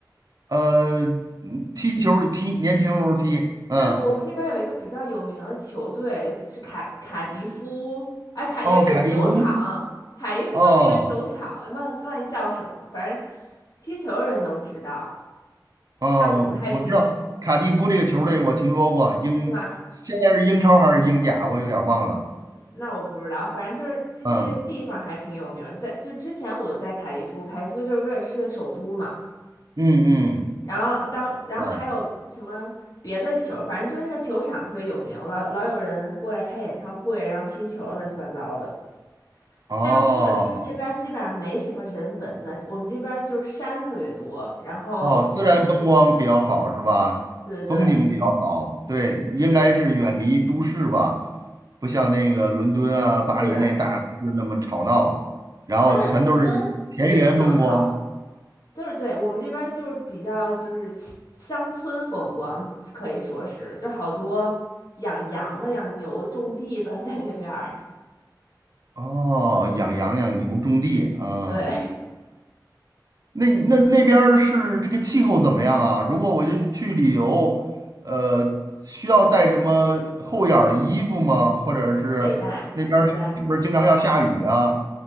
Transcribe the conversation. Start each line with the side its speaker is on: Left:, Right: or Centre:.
Right: 呃，嗯踢球儿踢，年轻时候踢，嗯，
Left: 但我们这边有一个比较有名的球队是卡卡迪夫，哎，卡有一个球场，
Right: 哦，卡蒂夫，
Left: 卡迪夫那个球场，
Right: 哦，
Left: 忘忘记叫什么了，反正踢球人都知道，
Right: 哦，
Left: 但我不太清楚，
Right: 我知道卡蒂夫这个球队，我听说过，英现在是英超还是英甲，
Left: 是吧？
Right: 我有点儿忘了，
Left: 那我不知道，反正就是这这个地方还挺有名儿在就之前我在凯利夫，
Right: 嗯
Left: 凯利夫就是威尔士首都嘛，
Right: 嗯嗯，
Left: 然后当然后还有什么别的球，
Right: 哦
Left: 反正就是那个球场特别有名，老老有人过来开演唱会，然后踢球儿乱七八糟的。
Right: 哦。
Left: 但是威尔士这边儿基本上没什么人文的，我们这边儿就是山特别多，然后徒步，
Right: 哦，自然风光比较好是吧？
Left: 嗯，对对对，
Right: 风景比较好，对，应该是远离都市吧，
Left: 是，
Right: 不像那个伦敦啊、巴黎那大都市那么吵闹，
Left: 对，
Right: 然后全都是田园风光。
Left: 但是伦敦也挺好。都是对，我们这边儿就是比较就是乡乡村风光，可以说是，就好多养羊的、养牛的、种地的 <laughs> 在这边儿。
Right: 哦，
Left: 嗯，
Right: 养羊养牛种地啊，
Left: 对，
Right: 那那那边儿是这个气候怎么样啊？如果我就去旅游，呃，需要带什么厚点儿的衣服吗？或者是那边儿是不是经常要下雨啊？
Left: <laughs> 得带得带。